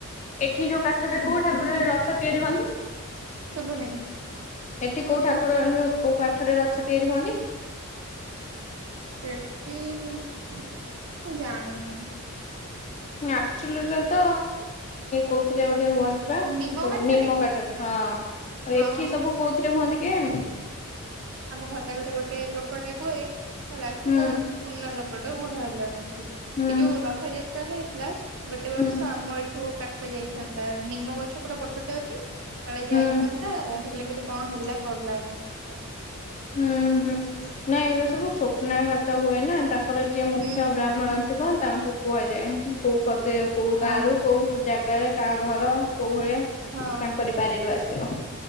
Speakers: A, on the left (about 35°); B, on the right (about 65°).
A: ଏଠି ଯୋଉ କାଠରେ କୋଉ ଠାକୁରରେ ରଥ ତିଆରି ହୁଅନ୍ତି।
B: ଶୁଭୁନି
A: ଏଠି କୋଉ ଠାକୁର କୋଉ କାଠରେ ରଥ ତିଆରି ହୁଅନ୍ତି।
B: ସେଠି ମୁଁ ଜାଣିନି।
A: ନା। ଚୁଲିରେ ତ କୋଉଥିଲେଗୋଟେ ହୁଅନ୍ତି ବା
B: ନିମ
A: ଯୋଉ
B: କାଠରେ
A: ନିମ
B: କି
A: କାଠ ହଁ। ଆଉ
B: ହଁ
A: ଏଠି ସବୁ କୋଉଥିରେ ହୁଅନ୍ତି କେଜାଣି।
B: ଆମ ଘର ପାଖରେ ଗୋଟେ ଲୋକଟା କୁହେ ହେଲା ସେ
A: ହୁଁ।
B: ବହୁତ ପୁରୁଣା ଲୋକଟା ବୁଢଡା ହେଲାଣି। ଏଇ
A: ହୁଁ
B: ଯୋଉ ରଥଯାତ୍ରା ହେଇଥିଲା ଗୋଟେ
A: ହୁଁ
B: ବର୍ଷ ଆମ ଏଇଠୁ କାଠ ଯାଇଥିଲା। ତା ନିମ ଗଛ ପୁରା ବର୍ଦଟା ଅଛି କାଳେ
A: ହୁଁ
B: ଯାଇଥାନ୍ତା। ହେଲେ ଗୋଟେ କଣ ହେଲା ଗଲାନି ସେଥିାପାଇଁ।
A: ହୁଁ ହୁଁ ନାଇଁ ଏରା ସବୁ ସ୍ୱପ୍ନ ହ ତ ହୁଏ ନା ତାଙ୍କର ଯିଏ ମୁଖ୍ୟ
B: ହୁଁ
A: ବ୍ରାହ୍ମଣ ଥିବ ତାଙ୍କୁ କୁହାଯାଏ। କଦେ କୋଉ
B: ହଁ
A: ଗାଁ ର କୋଉ ଜାଗାରେ କାହା ଘର। କୋଉ ଭଳିଆ
B: ହଁ।
A: ତାଙ୍କର ବାରିରୁ ଆସିବ।